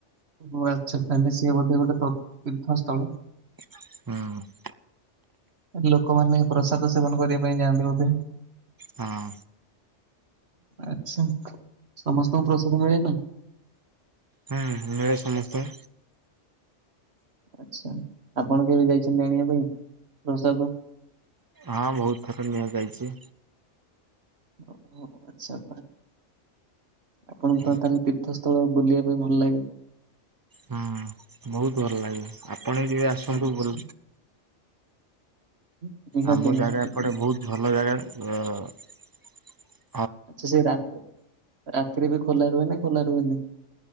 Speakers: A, on the right; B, on the right.
A: ଓ ଆଚ୍ଛା ତାଲେ ସିଏ ବୋଧ ଗୋଟେ ତୀର୍ଥସ୍ଥଳ?
B: ହଁ।
A: ଲୋକମାନେ ପ୍ରସାଦ ସେବନ କରିବା ପାଇଁ ଯାଆନ୍ତି ବୋଧେ?
B: ହଁ।
A: ଆଛା ସମସ୍ତଙ୍କୁ ପ୍ରସାଦ ମିଳେ ନା?
B: ହୁଁ ମିଳେ ସମସ୍ତଙ୍କୁ।
A: ଆଚ୍ଛା ଆପଣ କେବେ ଯାଇଛନ୍ତି ଆଣିବା ପାଇଁ ପ୍ରସାଦ?
B: ହଁ ବହୁତ ଥର ନିଆ ଯାଇଛି।
A: ଓୋ ଆଚ୍ଛା। ଆପଣଙ୍କ
B: ହୁଁ
A: ତାହେଲେ ତୀର୍ଥସ୍ଥଳ ବୁଲିବା ପାଇଁ ଭଲ ଲାଗେ?
B: ହୁଁ ବହୁତ ଭଲ ଲାଗେ ଆପଣ ଯବେ ଆସନ୍ତୁ
A: ଆଚ୍ଛା
B: ବୁ
A: <unintelligible>
B: ଆମ
A: ନିହାତି
B: ଜାଗା ଏପଟେ ବହୁତ ଭଲ ଜାଗା ଅ
A: ଆଚ୍ଛା ସେ ରା ରାତିରେ ବି ଖୋଲା ରୁହେନି ଖୋଲା ରୁହେନି?